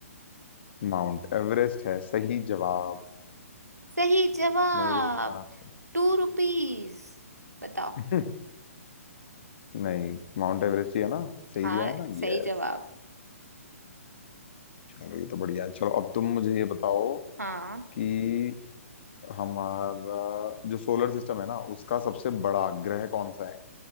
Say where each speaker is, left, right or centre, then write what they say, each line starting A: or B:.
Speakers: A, on the left (about 45°); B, on the right (about 90°).
A: माउंट एवरेस्ट है सही जवाब
B: सही जवाब
A: मेरे हिसाब से
B: Two rupees बताओ
A: <laughs> नहीं माउंट एवरेस्ट ही है ना सही
B: हाँ
A: दिया है ना
B: सही
A: यस
B: जवाब
A: चलो ये तो बढ़िया है चलो अब तुम मुझे ये बताओ
B: हाँ
A: कि हमारा जो सोलर सिस्टम है ना उसका सबसे बड़ा ग्रह कौन सा है